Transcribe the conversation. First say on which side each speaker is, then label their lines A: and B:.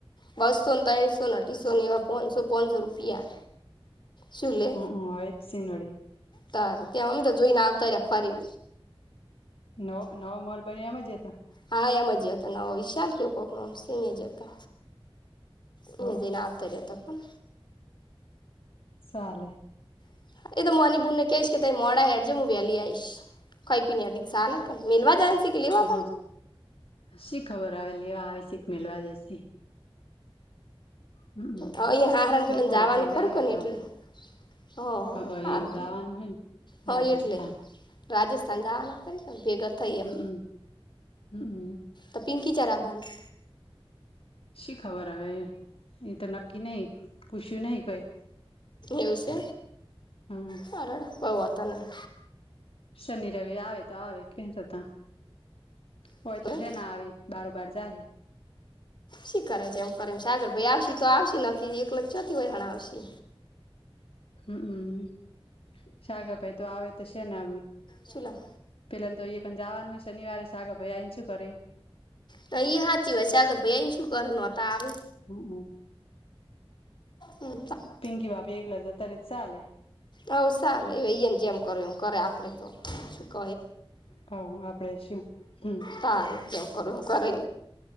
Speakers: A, on the left; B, on the left.
A: બસો ને ત્રણસો ને અઠીસો ને એવા પોણસો પોણસો રૂપિયા શું લે
B: હમ હોય જ સિનોડી
A: તારે ત્યાં અમ તો જોઈને આવતા ફરી
B: નવો નવો મોલ બન્યા એમ જતા
A: હા એમ જ હતો નવો વિશાલ કેવું કોક નોમશે અહીંયા જ હતો એ
B: હ
A: જ ના આવતારીયા ત પણ
B: ચાલે
A: હ એ તોની બુનને કહીશ કે ત મોડા હેડજ હું વ્યાલી આઈશ કઈ પી ને અધિક ચાાલ મેલવા જ છે કે લેવા
B: હ શી ખબર આવે લેવા આવે શીખ મેલવા દેશે હમ
A: હ અહીયાં હહરાન પેલા
B: બપોરે
A: જવાનું
B: ચીડ
A: ખરું
B: જાહે
A: કર ને
B: તો
A: એટલે હ
B: હ
A: હારુ
B: એને દાવાનું હોય ને
A: હા
B: રાજસ્થાન
A: એટલે રાજસ્થાન જવાના કરી ભેગા થઈ
B: હમમ
A: એમ
B: હમમ
A: તો પિંકી ચારા બાંધ
B: શી ખબર હ એ તો નક્કી નહી પૂછ્યું નહ કોઈ
A: એવસે
B: હમ
A: કારળ કોઈ વાતા નહી
B: શનિ રવિ આવે તો આવે કે થતા હોય
A: નહીં
B: તો છેે ના આવે બરોબાર જાય
A: શી કરે છે એમ કરે એમ સાગર ભાઈ આવશે તો આવશે ન એકલખ ચોથી વહેણ આવશે
B: હમમ સાગાભાઈ તો આવે તો છેને
A: શું લાવ
B: પેલા તો અ ક જવાનું હોય શનિવારે સાગે ભાઈ આવીને શું કરે
A: તો એ સાચી વાત છે આગર ભાઈ એને શું કરે નહોતા આવે
B: હું હું
A: હવ
B: પિંકી બાપી એક લ જ તરી ચાલે
A: હવ સારું એમ જેમ કરું એમ કરે આપડે તો શું ક
B: હ આપડે શું હમ
A: તાર જ કરું કરે